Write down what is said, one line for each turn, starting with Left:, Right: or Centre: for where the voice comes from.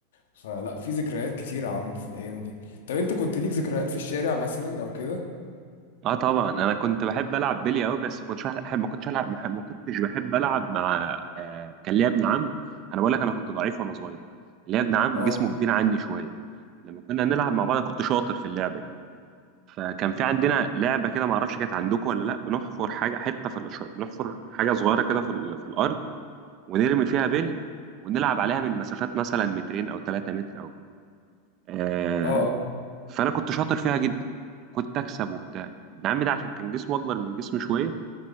Left: فلا في ذكريات كتيرة يا عمرو في الأيام دي طب أنت كنت ليك ذكريات في الشارع مثلا أو كده؟
Right: اه طبعا انا كنت بحب العب بلي قوي بس ما كنتش بحب ما كنتش العب ما كنتش بحب العب مع آه كان ليا ابن عم انا بقول لك انا كنت ضعيف وانا صغير كان ليا ابن عم
Left: أه
Right: جسمه كبير عني شويه لما كنا نلعب مع بعض أنا كنت شاطر في اللعبه دي فكان في عندنا لعبه كده ما اعرفش كانت عندكم ولا لا بنحفر حاجه حته في الش- بنحفر حاجه صغيره كده في, ال- في الارض ونرمي فيها بلي ونلعب عليها من مسافات مثلا مترين او 3 متر او آه،
Left: أه أه
Right: فانا كنت شاطر فيها جدا كنت اكسب وبتاع ابن عمي ده عشان كان جسمه اكبر من جسمي شويه